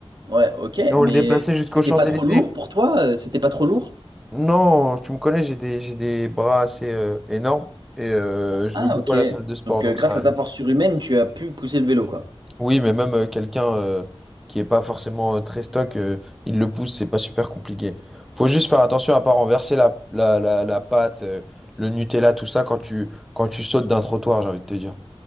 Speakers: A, on the right (about 45°); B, in the centre.
A: Ouais, ok.
B: Et on
A: Mais
B: le déplaçait jusqu'aux
A: c'était
B: Champs-Élysées.
A: pas trop lourd pour toi? euh, C'était pas trop lourd?
B: Non, tu me connais, j'ai des, j'ai des bras assez euh, énormes et euh, je
A: Ah,
B: vais beaucoup
A: ok.
B: à la salle de sport,
A: Donc,
B: donc
A: euh, grâce
B: ça
A: à
B: allait.
A: ta force surhumaine, tu as pu pousser le vélo, quoi.
B: Oui, mais même euh, quelqu'un euh, qui est pas forcément euh, très stock, euh, il le pousse, c'est pas super compliqué. Faut juste faire attention à pas renverser la, la, la, la pâte, euh, le Nutella, tout ça quand tu, quand tu sautes d'un trottoir, j'ai envie de te dire.